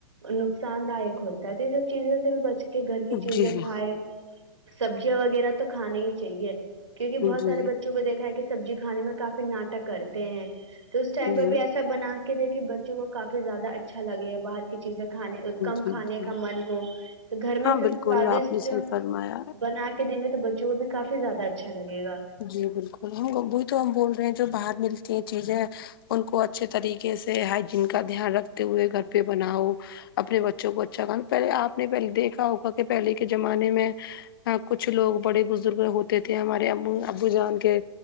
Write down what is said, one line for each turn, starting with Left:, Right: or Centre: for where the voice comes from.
Right: نقصان دائک ہوتا ہے تو یہ سب چیزوں سے بھی بچ کہ گھر کی چیزیں
Left: جی جی
Right: کھائے سبزیاں وغیرہ تو کھانے ہی چاہیے کیونکی
Left: جی
Right: بہت سارے بچوں کو دیکھا ہے کہ سبزی کھانے میں کافی ناٹک کرتے ہیں تو اس ٹائم
Left: جی
Right: بھی ایسا بنا کے دے کے بچوں کو کافی زیادہ اچھا لگے باہر چیزیں کھانے کم
Left: جی
Right: کھانے کا من ہو تو گھر
Left: ہاں
Right: میں سب
Left: بالکل
Right: سوادشٹ
Left: آپ نے صحیح فرمایا
Right: بنا کے دیں گے تو بچوں کو بھی کافی زیادہ اچھا لگے گا
Left: جی بالکل ہم وہ ہی تو ہم بول رہے ہیں جو باہر ملتی ہیں چیزیں ان کو اچھے طریقے سے ہائجین کا دھیان رکھتے ہوئے گھر پہ بناؤ اپنے بچوں کو اچھا کھا پہلے اپ نے پہلے دیکھا ہوگا کہ پہلے کے زمانے میں ہاں کچھ لوگ بڑے بزرگ لوگ ہوتے تھے ہمارے ابو ابو جان کے